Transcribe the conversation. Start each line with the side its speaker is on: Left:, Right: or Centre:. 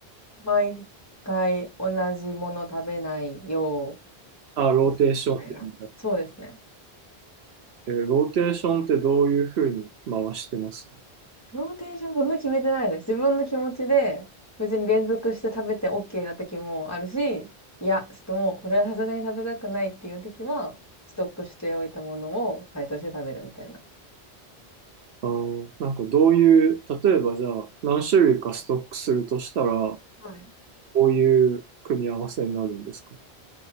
Left: 毎回同じもの食べないよ
Right: あ、ローテーションでみたいな。
Left: うにするみたいな。そうですね。
Right: えーローテーションってどういうふうに回してます
Left: ローテーションそんな決めてないです。自分の気持ちで別に連続して食べて OK な時もあるし、いや、ちょっともうこれはさすがに食べたくないっていう時は、ストックしておいたものを解凍して食べるみたいな。
Right: あー、なんかどういう、例えばじゃあ何種類かストックするとしたら、
Left: はい。
Right: こういう組み合わせになるんですか